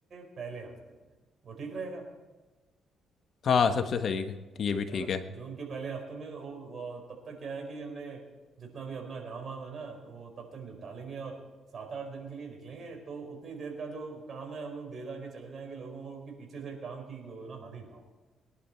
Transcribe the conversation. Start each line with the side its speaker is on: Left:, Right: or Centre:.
Right: पहले हफ्ते में वो ठीक रहेगा
Left: हाँ सबसे सही है ये भी ठीक
Right: है ना
Left: है
Right: जून के पहले हफ्ते में वो वो तब तक क्या है कि हमने जितना भी अपना काम वाम है ना तो वो तब तक निपटा लेंगे और सात आठ दिन के लिए निकलेंगे तो उतनी देर का जो काम है हम लोग दे दा के चले जाएंगे लोगों को कि पीछे से काम की ना हानि ना हो